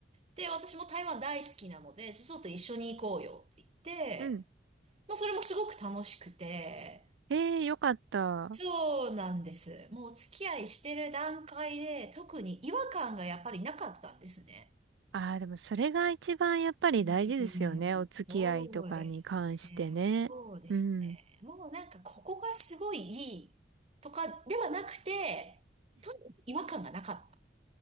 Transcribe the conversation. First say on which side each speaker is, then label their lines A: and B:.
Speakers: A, on the right (about 35°); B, on the right (about 80°).
A: で、私も台湾大好きなので、ちょっと一緒に行こうよって言って、
B: うん。
A: まあそれもすごく楽しくて、
B: ええー、よかった。
A: そうなんです。もうお付き合いしてる段階で、特に違和感がやっぱりなかったんですね。
B: ああ、でもそれが一番やっぱり大事ですよね。
A: うん、
B: お付き合いとかに関してね。
A: そうですね。そうですね。
B: うん。
A: もうなんかここがすごいいいとかではなくて、とにかく違和感がなかった。